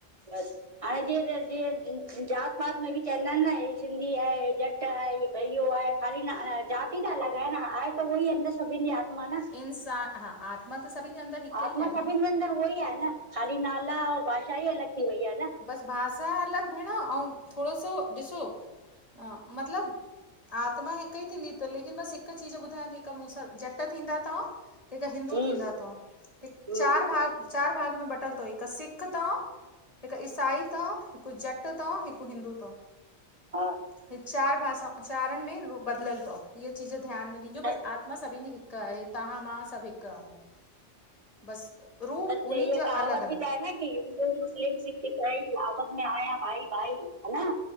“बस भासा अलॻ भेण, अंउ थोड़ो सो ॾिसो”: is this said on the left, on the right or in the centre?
Left